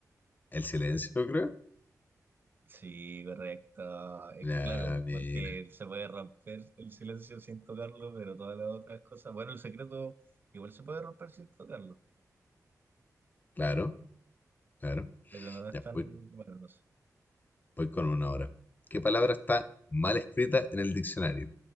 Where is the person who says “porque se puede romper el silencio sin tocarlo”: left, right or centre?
Right